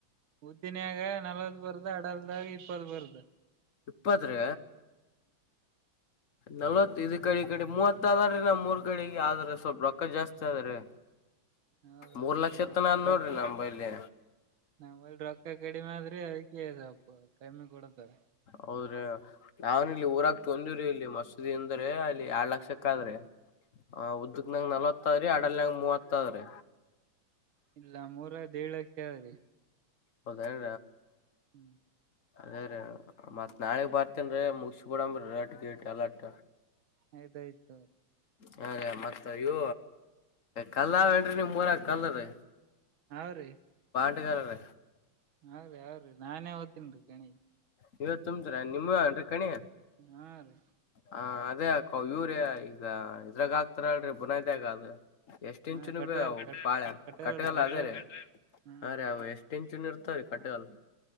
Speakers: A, on the right; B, on the left.
A: ಉದ್ದಿನಿಯಾಗ ನಲ್ವತ್ ಬರ್ದು ಅಡಲ್ದಾಗ ಇಪ್ಪತ್ ಬರ್ದು
B: ಇಪ್ಪತ್ ರ ನಲ್ವತ್ ಇ ಕಡೆ ಕಡೆ ಮೂವತ್ ಆದ್ರೀ ನಾವ್ ಮೂರ್ ಕಡೆಗೆ ಆದ್ರ ಸ್ವಲ್ಪ ರೊಕ್ಕ ಜಾಸ್ತಿ ಆದ್ರಿ
A: ಹೌದೌದು
B: ಮೂರ್ ಲಕ್ಷ
A: ನಮ್
B: ಇತ್ತನ
A: ಕಡೆ
B: ಅ
A: ರೊಕ್
B: ನೋಡ್ರಿ ನಂಬೈಲ್ಲಿ
A: ನಮ್ಮಲ್ಲಿ ರೊಕ್ಕ ಕಡಿಮೆ ಆದ್ರಿ ಅದಕ್ಕೆ ಸ್ವಲ್ಪ ಕಮ್ಮಿ ಕೊಡತಾರ
B: ಹೌದ್ರಿ ಹ ನಾವ್ ಇಲ್ಲಿ ಊರ ಂಜೂರಿಲ್ಲಿ ಮಸೂದಿ ಅಂದ್ರೆ ಅಲ್ಲಿ ಎರಡ್ ಲಕ್ಷಕ್ಕ ಆದ್ರೆ ಹ ಉದ್ದಕ್
A: ಹೌದೌದು
B: ನಂಗ್ ನಲವತ್ತಾವ ರೀ ಅಡಲ್ನಂಗ್ ಮೂವತ್ತಾದ್ರೆ
A: ಇಲ್ಲ ಮೂರ ಏಳರಿ
B: ಹೌದೇರ
A: ಹ್ಮ್
B: ಅದೇ ರೀ ಮತ್ ನಾಳಿಗ್ ಬರ್ತೇನ್ ರೀ ಮುಗಸ ಬಿಡಂಬ ಾಟ ಅಲ್ಲಟ
A: ಆಯ್ತಾಯ್ತು
B: ಹ ಮತ್ತ ಇೂ ಕಲ್ಲಾವೇನ್ರಿ ನಿಮ್ ಮೂರಕ ಕಲ್ಲ ರೀ
A: ಹ್ರೀ
B: ಕಗಾರೇ
A: ಹ್ರೀ ಅವ್ರೀ ನಾನೇ ಓ್ತನ್ ರೀ ಕಣಿ
B: ನೀವ ತುಂಬ್ರಾ ನಿಮ್ಮ ಅನ್ೀ ಕಣಿ
A: ಹಾ ರೀ
B: ಹ ಅದೇ ಅಕ ಇವರ ಈಗ ಇದ್ರಾಗ ಆಾಕ್ತಾರ ಅಲ್ೀ ಬುನೈದಗ ಅದು ಎಷ್ಟ
A: ಹಾ
B: ಇಂಚುನು
A: ಕಟ್ಟಲ್
B: ಬಿ ಅವು
A: ಕಟ್
B: ಪಾಳ್ಯ
A: ಕಟ್ಟಲ್ರಿ
B: ಕಟ್ಟಗಲ್ಲ
A: ಕಟ್ಟಲ್ರಿ
B: ಅದೇ ರ
A: ಹ್ಮ್
B: ಹ ರ ಅ ಎಷ್ಟ ಟನ್ಚಿನ್ ಇರ್ತಾರೆ ಕಟ್ಟೆ ಅಲ್